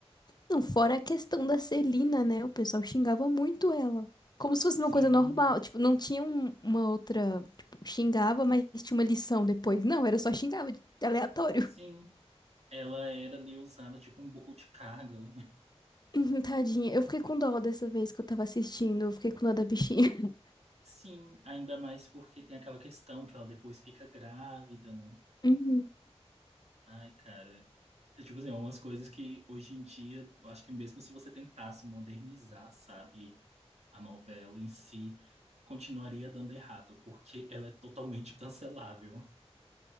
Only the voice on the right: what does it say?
Sim,
sim. Ela era ali usada tipo um burro de carga. né?
Sim, ainda mais porque tem aquela questão que ela depois fica grávida, né?
Ai, cara. É, tipo assim, é umas coisas que hoje em dia, eu acho que mesmo se você tentasse modernizar, sabe, a novela em si, continuaria dando errado, porque ela é totalmente cancelável.